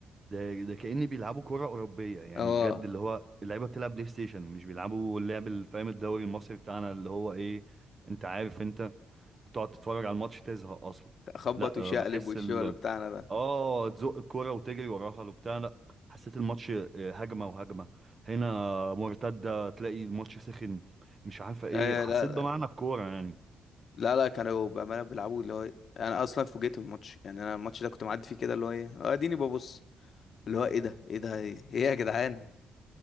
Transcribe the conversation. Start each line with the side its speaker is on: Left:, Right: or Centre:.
Right: ده ده كأني بيلعبوا كرة أوروبية يعني
Left: اه
Right: بجد اللي هو اللعيبة بتلعب بلاي ستيشن مش بيلعبوا اللعب اللي فاهم الدوري المصري بتاعنا اللي هو إيه أنت عارف أنت تقعد تتفرج على الماتش تزهق أصلا
Left: خبط
Right: لا
Left: وشقلب
Right: آه، بحس
Left: والشغل
Right: ال
Left: بتاعنا ده
Right: آه تزق الكرة وتجري وراها وبتاع لا حسيت الماتش آه، هجمة وهجمة هنا مرتدة تلاقي الماتش سخن مش عارفة إيه
Left: آه،
Right: حسيت
Left: لا لا
Right: بمعنى الكورة يعني
Left: لا لا كانوا بأمانة بيلعبوا اللي هو انا اصلا فوجئت بالماتش يعني انا الماتش ده كنت معدي فيه كده اللي هو ايه اه اديني ببص اللي هو ايه ده ايه ده ايه يا جدعان